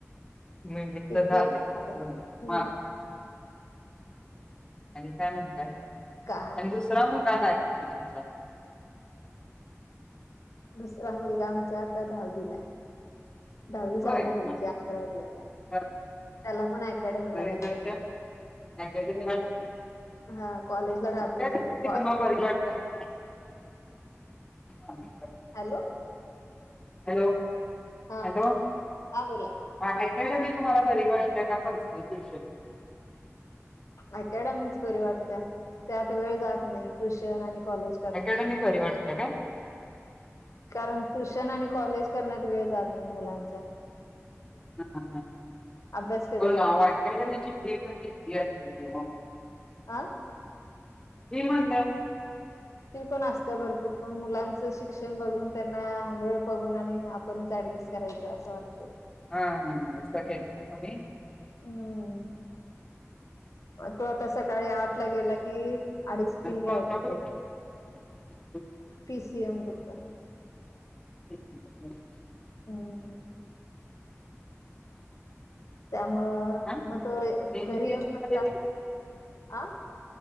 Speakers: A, on the left; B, on the left.
A: <unintelligible>
B: टीव्ही
A: तर झाले <unintelligible>
B: मोबाईल. हम्म
A: आणि काय म्हणतातय,
B: काय
A: आणि
B: नाही
A: दुसला मुलगा का काय करतोय तुमचा?
B: दुसरा मुलगा आमचा आता दहावीला, दहावी झाली
A: होय हां,
B: त्याची,
A: हां.
B: अकरावी झाला, त्याला
A: बरं.
B: पण अकॅडमीला
A: मग
B: घातली,
A: रिझल्टच्या अकॅडमी माझा,
B: हा कॉलेजला
A: <unintelligible>
B: घातलंच नाही कॉ
A: आणि काय,
B: हॅलो
A: हॅलो
B: हा
A: हॅलो
B: हा बोला
A: ह मी तुम्हाला घरी वाटलं का पस ट्युशन
B: अकॅडमीच बरी वाटत त्या आत वेळ जात नाही ट्युशन आणि कॉज करण्यात,
A: अकॅडमी बरी वाटते काय?
B: कारण टुशन आणि कॉलेज करण्यात वेळ जात नाही मुलांच,
A: ह
B: अभ्यास कधी
A: ह
B: करणार
A: ना वाट त्याची भीक किती, वाटत की ओ,
B: आं
A: ही म्हटलं,
B: ती पण असत भरपूर पण मुलांच शिक्षण बघून, त्यांना वेळ बघून आणि आपण करायच असं वाटत,
A: हा हा हखट का तुम्ही,
B: हम्म तो आता, सकाळी आठ ला गेला कि, अडीच
A: आणि
B: तीन
A: कोणता
B: ला येतोय,
A: ग्रुप? <unintelligible>
B: पी सीएम ग्रुप आहे,
A: <unintelligible>
B: हम्, त्यामुळं
A: हा
B: मग त
A: इंजिनिअरिंग
B: घरी येऊन
A: मध्ये
B: अ,